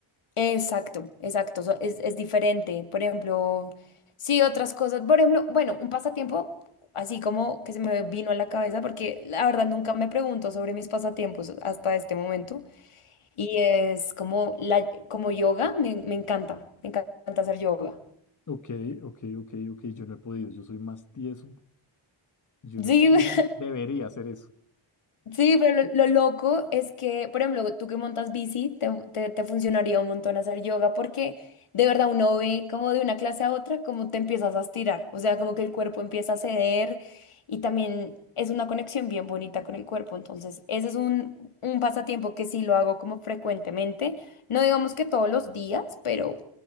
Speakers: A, on the left; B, on the left.
A: Exacto, exacto, so- es, es diferente. Por ejemplo, sí, otras cosas. Por ejemplo, bueno, un pasatiempo, así como que se me vino a la cabeza, porque la verdad nunca me pregunto sobre mis pasatiempos hasta este momento. Y es como, la, como yoga, me, me encanta, me encanta hacer yoga.
B: Ok, ok, ok, ok. Yo no he podido. Yo soy más tieso. Yo
A: Sí,
B: no he podido.
A: <laughs>
B: Debería hacer eso.
A: Sí, pero lo, lo loco es que, por ejemplo, tú que montas bici, te, te- te funcionaría un montón hacer yoga porque de verdad uno ve como de una clase a otra como te empiezas a estirar, o sea, como que el cuerpo empieza a ceder y también es una conexión bien bonita con el cuerpo. Entonces, ese es un, un pasatiempo que sí lo hago como frecuentemente, no digamos que todos los días, pero